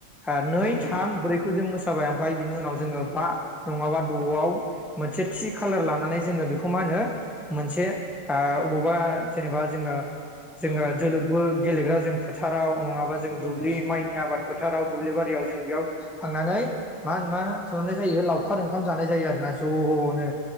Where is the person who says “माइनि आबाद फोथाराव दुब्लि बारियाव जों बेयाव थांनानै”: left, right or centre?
Centre